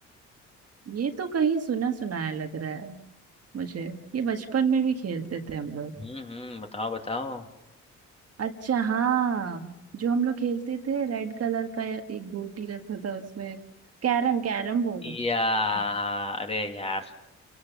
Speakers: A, on the right (about 55°); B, on the left (about 20°).
A: ये तो कहीं सुना सुनाया लग रहा है मुझे ये बचपन में भी खेलते थे हम लोग
B: हम्म हम्म बताओ बताओ
A: अच्छा हाँ जो हम लोग खेलते थे रेड कलर का एक गोटी रखा था उसमें Carrom carrom board
B: या
A: हाँ
B: अरे यार